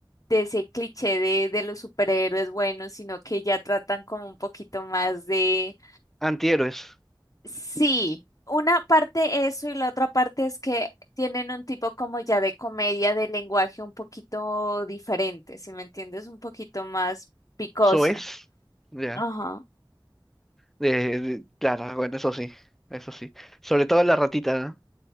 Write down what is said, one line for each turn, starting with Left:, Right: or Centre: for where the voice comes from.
Left: de ese cliché de, de los superhéroes buenos, sino que ya tratan como un poquito más de
Centre: Antihéroes,
Left: Sí, una parte eso y la otra parte es que tienen un tipo como ya de comedia de lenguaje un poquito diferente, si me entiendes, un poquito más picoso.
Centre: soes, ya.
Left: Ajá.
Centre: De, de- claro, bueno, eso sí, eso sí. Sobre todo la ratita, ¿no?